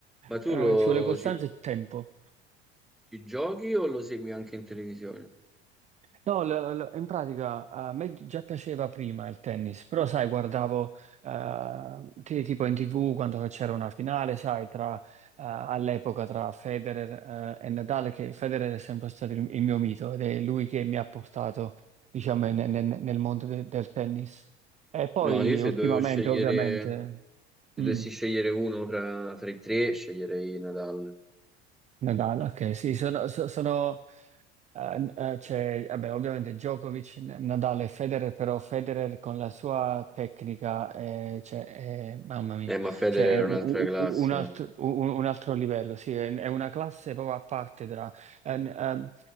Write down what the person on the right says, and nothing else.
Eh,
ci vuole costanza
e tempo.
No, l- l- in pratica a me già piaceva prima il tennis, però sai, guardavo eh, ti- tipo in TV quando c'era una finale, sai, tra, eh, all'epoca tra Federer eh, e Nadal, che Federer è sempre stato il, il mio mito ed è lui che mi ha portato, diciamo, ne- ne- nel mondo de- del tennis. E poi
ultimamente,
ovviamente,
mm,
Nadal, ok, sì, sono, so- sono, eh, eh, c'è, vabbè, ovviamente Djokovic, N- Nadal e Federer, però Federer con la sua tecnica, eh, cioè, eh, mamma mia,
cioè, è
u-
u- u- un, altro, u- un altro livello, sì, è, è una classe proprio a parte tra- eh, n- ehm,